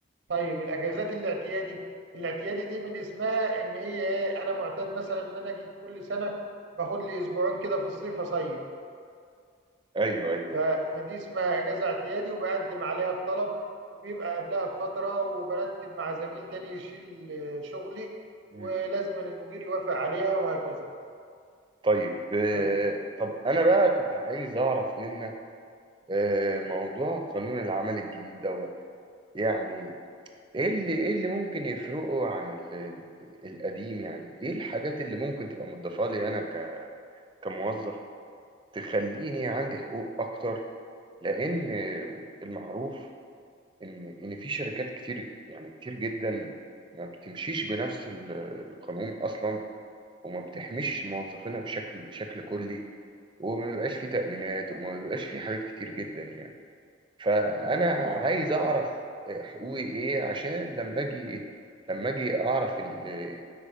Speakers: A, on the right (about 75°); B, on the right (about 25°).
A: طيب الاجازات الاعتيادي الاعتيادي دي من اسمها ان هي ايه انا معتاد مثلا ان انا اجي كل سنه باخد لي اسبوعين كده في الصيف اصيف
B: أيوه أيوه أيوه.
A: ف... فدي اسمها اجازه اعتيادي وبقدم عليها بطلب وبيبقى قبلها بفتره وبرتب مع زميل تاني يشيل شغلي
B: أمم.
A: ولازم المدير يوافق عليها وهكذا
B: طيب آه،
A: ف-
B: طب أنا بقى كنت عايز أعرف منك آه، موضوع قانون العمل الجديد دوت يعني ايه اللي ايه اللي ممكن يفرقه عن ال- القديم يعني ايه الحاجات اللي ممكن تبقى مضافة لي انا ك- كموظف تخليني عندي حقوق اكتر لان المعروف ان ان في شركات كتير يعني كتير جدا ما بتمشيش بنفس ال- القانون اصلا وما بتحميش موظفينها بشكل بشكل كلي وما بيبقاش في تأمينات وما بيبقاش في حاجات كتير جدا يعني فانا عايز اعرف آه، حقوقي ايه عشان لما اجي لما اجي اعرف اللي,